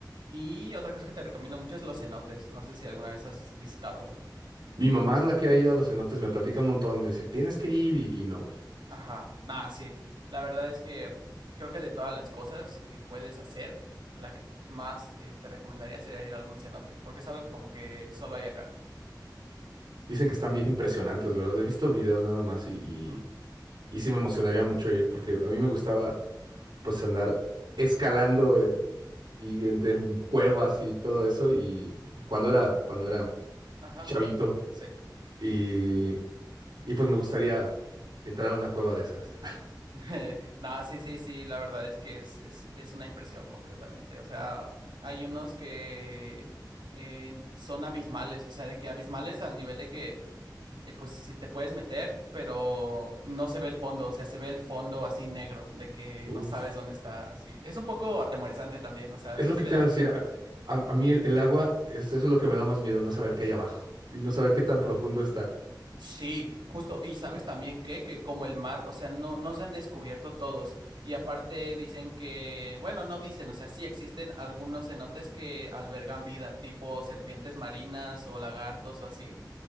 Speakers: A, on the right; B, on the right.
A: Y otra cosa que te recomiendo mucho es los cenotes. No sé si alguna vez has visitado uno.
B: Mi mamá es la que ha ido a los cenotes, me platica un montón, me dice, tienes que ir y, y no voy.
A: Ajá, nada, sí. La verdad es que creo que de todas las cosas que puedes hacer, la que más eh, te recomendaría sería ir a un cenote, porque es algo que como que solo hay acá.
B: Dicen
A: Ujú,
B: que están bien impresionantes, ¿verdad? He visto videos nada más y,
A: ujú.
B: Y sí me emocionaría mucho ir porque a mí me gustaba pues andar escalando en- y en, en cuevas y todo eso y cuando era cuando era
A: Ajá,
B: chavito
A: sí.
B: y, y pues me gustaría entrar a una cueva de esas.
A: <laughs> Nada, sí, sí, sí, la verdad es que es, es, es una impresión completamente. O sea, hay unos que eh, son abismales, o sea, de que abismales al nivel de que eh, pues si te puedes meter, pero no se ve el fondo, o sea, se ve el fondo así negro, de que
B: <laughs> Uf,
A: no sabes dónde está, así. Es un poco atemorizante también, o sea,
B: es
A: a mí
B: lo
A: sí
B: que
A: me
B: te
A: daban
B: iba a decir.
A: miedo.
B: A,
A: Sí,
B: a- a mí el, el agua es, eso es lo que me da más miedo, no saber qué hay abajo y no saber qué tan profundo está.
A: Sí, justo, y sabes también que, que como el mar, o sea, no, no se han descubierto todos, y aparte dicen que, bueno, no dicen, o sea, sí existen algunos cenotes que albergan vida, tipo serpientes marinas o lagartos o así.